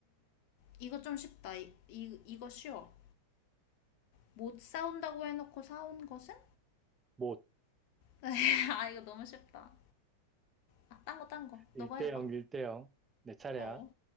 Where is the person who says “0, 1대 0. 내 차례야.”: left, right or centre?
Right